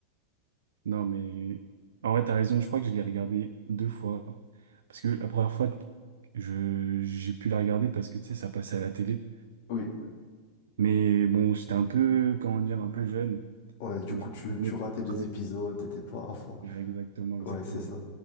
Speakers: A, on the right; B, on the left.
A: Non, mais en vrai, t'as raison. Je crois que je l'ai regardé deux fois. Parce que la première fois, je, j'ai pu la regarder parce que, tu sais, ça passait à la télé.
B: Oui.
A: Mais bon, j'étais un peu, comment dire, un peu jeune.
B: Ouais, du
A: Donc,
B: coup,
A: je
B: tu,
A: me souvenais
B: tu ratais
A: pas
B: des
A: trop.
B: épisodes, t'étais pas à fond.
A: Exactement, exactement.
B: Ouais, c'est ça.